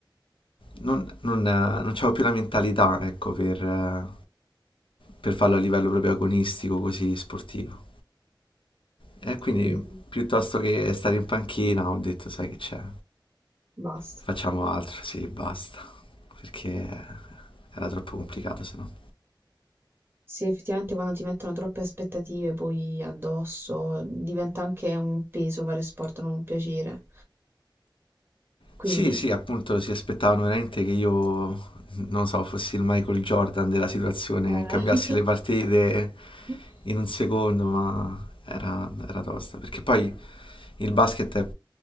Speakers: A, on the left (about 85°); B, on the right (about 25°).
A: Non, non, eh, non c'avevo più la mentalità, ecco, per, eh, per farlo a livello proprio agonistico, così sportivo. E quindi
B: Capito.
A: piuttosto che stare in panchina ho detto, sai che c'è,
B: Basta.
A: facciamo altro, sì, basta, perché eh, era troppo complicato se no.
B: Sì, effettivamente quando ti mettono troppe aspettative poi addosso diventa anche un peso fare sport, non un piacere. Quindi...
A: Sì, sì, appunto si aspettavano veramente che io, non so, fossi il Michael Jordan della situazione,
B: Eh.
A: cambiassi le partite
B: <laughs>
A: in un secondo, ma era, era tosta. Perché poi il basket è